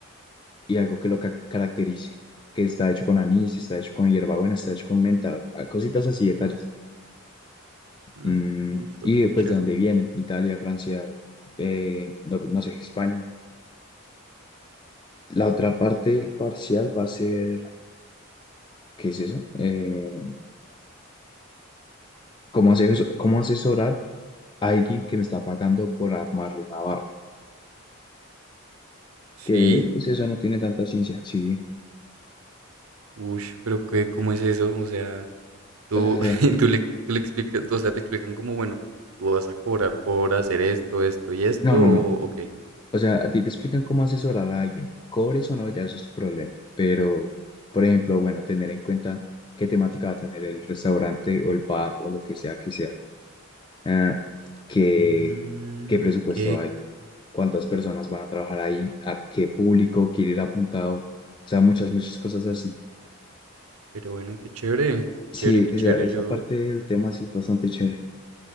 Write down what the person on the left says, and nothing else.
y algo que lo ca- caracterice, que está hecho con anís, está hecho con hierbabuena, está hecho con menta, cositas así, detalles.
Mm,
y después
de dónde viene, Italia, Francia, eh, no, no sé, España. La otra parte del parcial va a ser, ¿qué es eso? Eh, ¿cómo ases- cómo asesorar a alguien que me está pagando por armarle una barra?
Que pues eso no tiene tanta ciencia, sí.
O sea,
ya-
no, no,
no.
O sea, a ti te explican cómo asesorar a alguien. Cobres o no, ya eso es tu problema. Pero, por ejemplo, bueno, tener en cuenta qué temática va a tener el restaurante o el bar o lo que sea que sea Ah, ¿qué,
qué presupuesto
hay? ¿Cuántas personas van a trabajar ahí? ¿A qué público quiere ir apuntado? O sea, muchas, muchas cosas así.
Sí,
esa,
esa
parte del tema sí es bastante chévere.